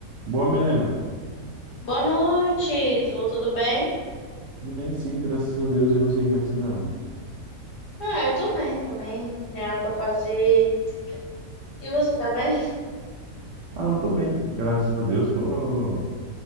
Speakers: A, on the right; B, on the left.
A: Boa, Milena.
B: Boa noite, tudo, tudo bem?
A: Tudo bem, sim, graças a Deus. E você, como é que você tá?
B: Ah, eu tô bem também. Tem nada pra fazer. E você tá bem?
A: Ah, eu tô bem, graças a Deus. Tô,